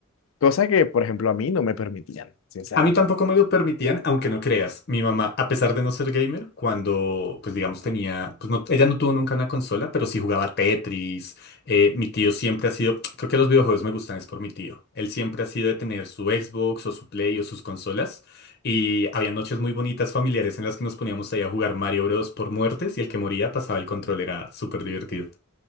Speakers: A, on the left (about 70°); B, on the left (about 50°).
A: Cosa que, por ejemplo, a mí no me permitían, sinceramente.
B: A mí tampoco me lo permitían, aunque no creas. Mi mamá, a pesar de no ser gamer, cuando, pues digamos, tenía, pues no, ella no tuvo nunca una consola, pero sí jugaba Tetris. Eh, mi tío siempre ha sido, creo que los videojuegos me gustan, es por mi tío. Él siempre ha sido de tener su Xbox o su Play o sus consolas. Y había noches muy bonitas familiares en las que nos poníamos ahí a jugar Mario Bros. por muertes y el que moría pasaba el control, era súper divertido.